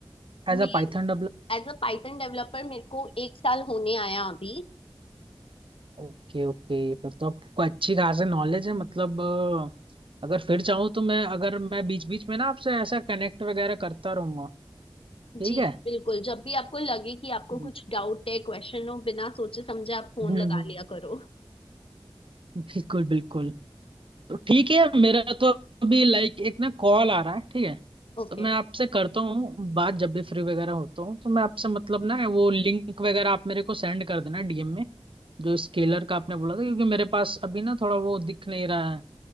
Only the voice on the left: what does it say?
मैं
एज अ पाइथन डेवलपर मेरे को एक साल होने आया अभी
जी
बिल्कुल जब भी आपको लगे कि आपको
कुछ डाउट है क्वेश्चन हो बिना सोचे समझे आप फोन
लगा
लिया करो
ओके